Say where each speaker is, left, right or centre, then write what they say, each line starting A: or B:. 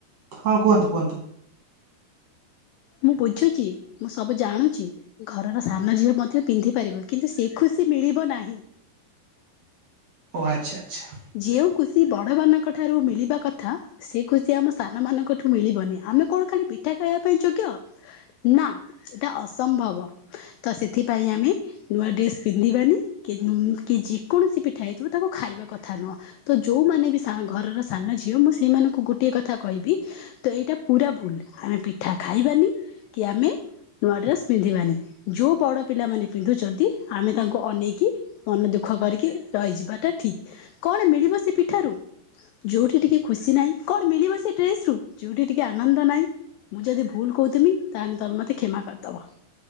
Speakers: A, on the right (about 60°); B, on the left (about 90°).
A: ହଁ କୁହନ୍ତୁ କୁହନ୍ତୁ।
B: ମୁଁ ବୁଝୁଛି ମୁଁ ସବୁ ଜାଣୁଛି। ଘରର ସାନ ଝିଅ ମଧ୍ୟ ପିନ୍ଧି ପାରିବ କିନ୍ତୁ ସେ ଖୁସି ମିଳିବ ନାହିଁ।
A: ଓ ଆଚ୍ଛା ଆଚ୍ଛା।
B: ଯେଉଁ ଖୃସି ବଡ଼ମାନଙ୍କ ଠାରୁ ମିଳିବା କଥା ସେ କହୁଛି ଆମ ସ୍ଥାନ ମାନଙ୍କ ଠୁ ମିଳିବନି ଆମେ କଣ ଖାଲି ପିଠା ଖାଇବା ପାଇଁ ଯୋଗ୍ୟ କ ନା ଏଟା ଅସମ୍ଭବ ତ ସେଥିପାଇଁ ଆମେ ନୂଆ ଡ୍ରେସ ପିନ୍ଧିବାନି କି କି ଯେ କୌଣସି ପିଠା ହେଇଥିବ ତାଙ୍କୁ ଖାଇବା କଥା ନୁହଁ। ତ ଯୋଉମାନେ ବି ଘରର ସାନ ଝିଅ ମୁଁ ସେଇମାନଙ୍କୁ ଗୋଟଏ କଥା କହିବି। ତ ଏଇଟା ପୁରା ଭୁଲ ଆମେ ପିଠା ଖାଇବାନି, କି ଆମେ ନୂଆ ଡ୍ରେସ୍ ପିନ୍ଧିବାନି ଯେଉଁ ବଡ଼ ପିଲାମାନେ ପିନ୍ଧୁଛନ୍ତି ଆମେ ତାଙ୍କୁ ଅନେଇକି ମନ ଦୁଃଖ କରିକି ରହିଯିବାଟା ଠିକ କଣ ମିଳିବ ସେ ପିଠାରୁ? ଯେଉଁଠି ଟିକିଏ ଖୁସି ନାହିଁ, କଣ ମିଳିବ ସେ ଡ୍ରେସ ରୁ ଯେଉଁଠିିକେ ଆନନ୍ଦ ନାହିଁ, ମୁଁ ଯଦି ଭୁଲ କହୁଥଥିଲି ତାହେଲେ ତମେ ମୋତେ କ୍ଷମା କରିଦେବ।